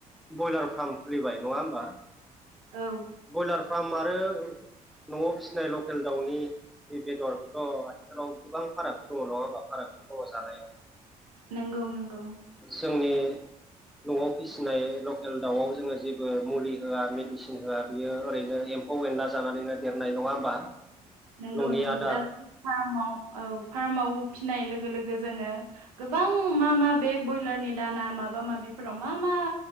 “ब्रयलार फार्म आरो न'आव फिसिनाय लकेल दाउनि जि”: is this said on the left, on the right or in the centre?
Centre